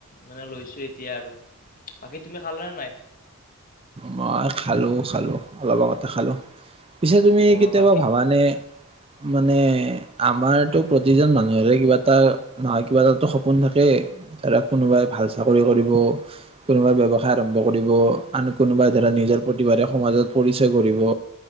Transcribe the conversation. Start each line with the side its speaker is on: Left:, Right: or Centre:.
Left: মানে লৈছোঁ এতিয়া আৰু। বাকী তুমি খালে নে নাই?
Right: মই খালোঁ, খালোঁ অলপ আগতে খালোঁ। পিছে তুমি
Left: অ
Right: কেতিয়াবা
Left: বাকী
Right: ভাবানে? মানে আমাৰতো প্ৰতিজন মানুহৰে কিবা এটা- নহয় কিবা এটাতো সপোন থাকে ধৰা কোনোবাই ভাল চাকৰি কৰিব। কোনোবাই ব্যৱসায় আৰম্ভ কৰিব আন কোনোবাই ধৰা নিজৰ প্ৰতিভাৰে সমাজত পৰিচয় কৰিব।